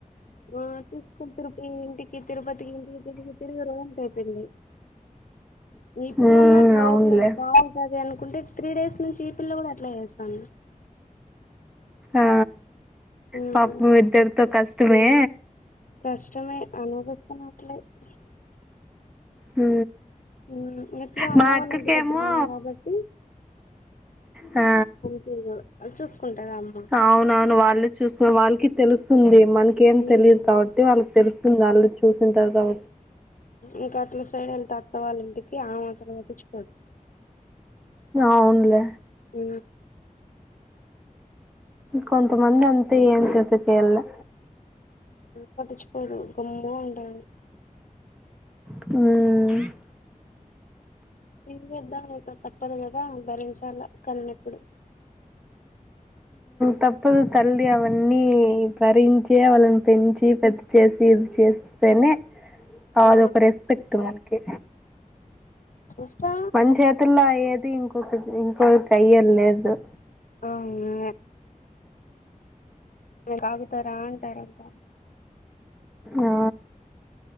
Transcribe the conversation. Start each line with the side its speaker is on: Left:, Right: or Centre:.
Left: ఆ తీసుకోని <unintelligible> ఇంటికి తిరుపతికి ఇంటికి తిరిగి తిరిగి <unintelligible> అయిపోంది ఈ పిల్ల
Centre: ఉమ్
Left: అన్న అట్ల లేదు
Centre: అవునులే
Left: లే బంటాది అనుకుంటే త్రీ డేస్ నుంచి ఈ పిల్ల గుడ అట్లే చేస్తంది
Centre: ఆ
Left: ఉమ్
Centre: పాపము ఇద్దరితో కష్టమే
Left: కష్టమే <unintelligible>
Centre: హు
Left: ఉమ్ ఎట్లో అమ్మ
Centre: మా
Left: వాళ్ళ
Centre: అక్కకేమో
Left: ఇంటి దగ్గర ఉన్నా కాబట్టి
Centre: ఆ
Left: <unintelligible> చూసుకుంటార అమ్మ
Centre: అవునవును వాళ్ళు చూసు వాళ్ళకి తెలుస్తుంది మనకేమి
Left: ఉమ్
Centre: తెలియదు కావట్టి వాళ్ తెలుస్తుంది వాళ్ళు చూసింటారు కావ
Left: ఇంక అట్ల సైడ్ అంటే అత్త వాళ్ళ ఇంటికి అమె అసలు పట్టించుకోదు
Centre: అవున్లే
Left: ఊ
Centre: కొంత మంది అంతే ఏం చేసేకి అయ్యల్లె
Left: పటిచుకోరు గమ్మున <unintelligible>
Centre: హు
Left: ఎం చేద్దాం ఇంక తప్పదు కదా భరించాల కన్నప్పుడు
Centre: తప్పదు తల్లి అవన్నీ <unintelligible> పెంచి పెద్ద చేసి ఇది చేస్తేనే అదొక
Left: ఆ
Centre: రెస్పెక్ట్ మనకి
Left: చూస్తా
Centre: మం <unintelligible> <unintelligible> అయ్యేది ఇంకొక ఇంకొక <unintelligible>
Left: అవును <unintelligible> ఆగుతార అంటారంట
Centre: ఆ